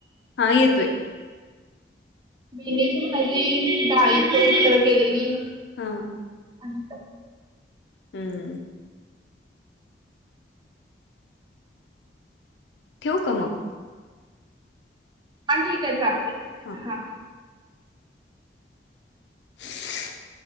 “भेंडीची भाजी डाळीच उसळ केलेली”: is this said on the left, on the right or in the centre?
Right